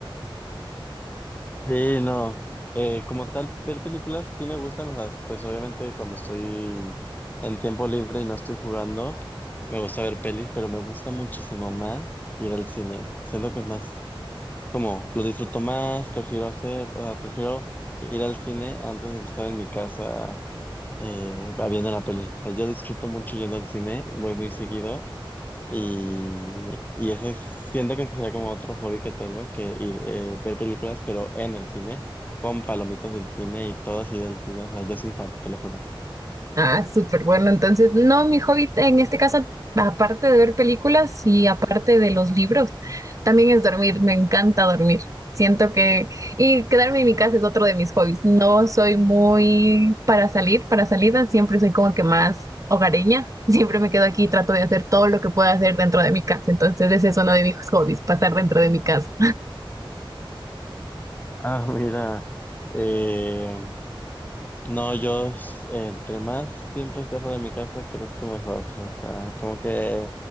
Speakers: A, on the left; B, on the right.
A: Sí, no. Eh, como tal, ver películas sí me gustan, o sea, pues obviamente cuando estoy en tiempo libre y no estoy jugando, me gusta ver pelis, pero me gusta muchísimo más ir al cine. Siento que es más, como, lo disfruto más, prefiero hacer, o sea, prefiero ir al cine antes de estar en mi casa eh, viendo la peli. O sea, yo disfruto mucho yendo al cine, voy muy seguido y, y ese es- siento que sería como otro hobby que tengo, que ir eh, ver películas, pero en el cine, con palomitas del cine y todo así del cine. O sea, yo soy fan, te lo juro. <laughs>
B: Ah, súper bueno. Entonces, no, mi hobby en este caso, aparte de ver películas y aparte de los libros, también es dormir. Me encanta dormir. Siento que... Y quedarme en mi casa es otro de mis hobbies. No soy muy para salir, para salidas. Siempre soy como que más hogareña. Siempre me quedo aquí y trato de hacer todo lo que pueda hacer dentro de mi casa. Entonces, ese es uno de mis hobbies, pasar dentro de mi casa.
A: Ah, mira. eh, no, yo s- entre más tiempo esté fuera de mi casa, creo que mejor. O sea, como que